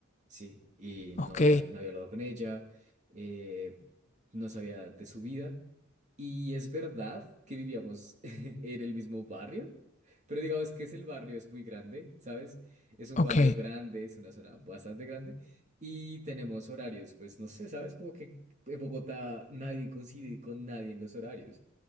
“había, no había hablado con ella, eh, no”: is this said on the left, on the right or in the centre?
Right